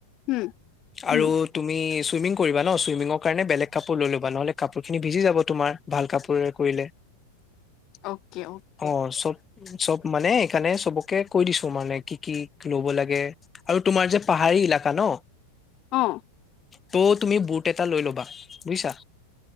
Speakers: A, on the left (about 40°); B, on the left (about 15°).
A: হুম, হুম,
B: আৰু তুমি চুইমিং কৰিবা ন চুইমিঙৰ কাৰণে বেলেগ কাপোৰ লৈ লবা নহলে কাপোৰখিনি ভিজি যাব। তোমাৰ ভাল কাপোৰেৰে কৰিলে
A: অকে অকে।
B: অ চব চব মানে এইকাৰণে চবকে কৈ দিছো মানে কি কি লব লাগে আৰু তোমাৰ যে পাহাৰী ইলাকা ন।
A: অ'।
B: ত' তুমি বুট এটা লৈ ল'বা বুইছা?